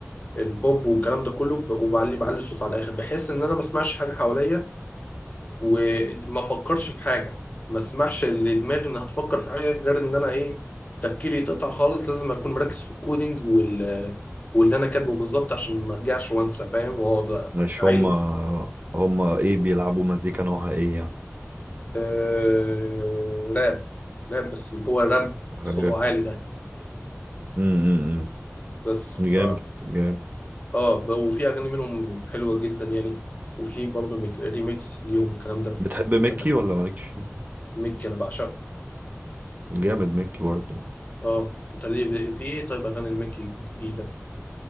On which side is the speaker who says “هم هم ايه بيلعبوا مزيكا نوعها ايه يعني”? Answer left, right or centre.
Right